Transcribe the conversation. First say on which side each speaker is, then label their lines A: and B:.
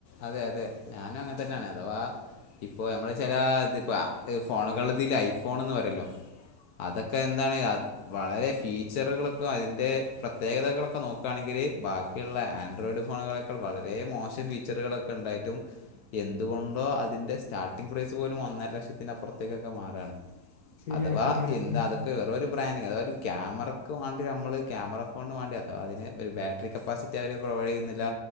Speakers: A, on the left; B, on the left.
A: അതെ അതെ ഞാനും അങ്ങനെ തന്നെയാണ് അഥവാ ഇപ്പോ ഞമ്മള് ചില ഇത് പ്പ ഫോണുകളിലിത് ഐഫോൺ എന്ന് പറയല്ലോ? അതൊക്കെ എന്താണ് വളരെ ഫീച്ചറുകൾക്കും അതിന്റെ പ്രത്യേകതകളൊക്കെ നോക്ക നോക്കു ആണെങ്കില് ബാക്കിയുള്ള ആൻഡ്രോയിഡ് ഫോണുകളെക്കാൾ വളരെ മോശം ഫീച്ചറുകളൊക്കെ ഉണ്ടായിട്ടും എന്തുകൊണ്ടോ അതിൻ്റെ സ്റ്റാർട്ടിങ് പ്രൈസ് പോലും ഒന്നര ലക്ഷത്തിന് അപ്പുറത്തേകൊക്കെമാറാണ്.
B: ശരിയാണ്
A: അഥവാ
B: ശരിയാണ്
A: എന്താ
B: ഉം
A: അതൊ വെറുമൊരുബ്രാൻഡിങ് അതായത് ഒരു ക്യാമറക്ക് മാണ്ടി നമ്മള് ക്യാമറ ഫോണന് മാണ്ടിയാ അതിന് ഒരു ബാറ്റ കപ്പാസിറ്റി അരും പ്രൊവൈഡ് ചെയ്യുന്നില്ല